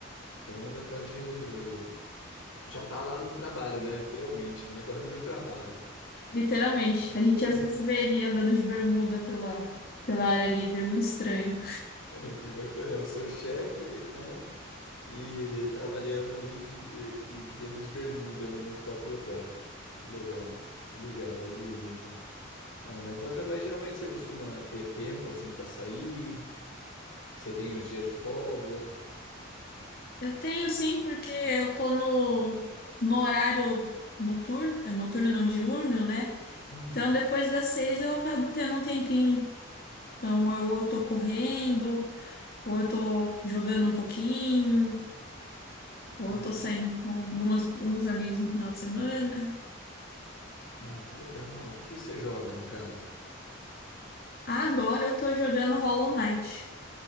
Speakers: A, on the left (about 80°); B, on the left (about 50°).
A: Então dá- pode já tá lá no trabalho, né? Literalmente, né? Dorme no trabalho.
B: Literalmente. A
A: <laughs>
B: gente às vezes vê ele andando de bermuda pela, pela área livre, é muito estranho.
A: Ai, que bacana, é o seu chefe, né? E trabalhando ali de- e e vendo de bermuda ali no próprio hotel. Que legal, que legal, algo único. Ah, mas bacana, mas geralmente você costuma ter tempo assim para sair? Você tem os dias de folga?
B: Eu tenho sim, porque eu tô no, no horário noturno, é, noturno não diurno, né?
A: Hum,
B: Então, depois das seis eu acabo tendo um tempinho. Então, eu, eu tô correndo. Ou eu tô jogando um pouquinho, ou
A: ah,
B: eu tô
A: que,
B: saindo com algumas, alguns amigos no final de semana.
A: ah, que legal. O que você joga no caso?
B: Agora eu tô jogando Hollow Knight.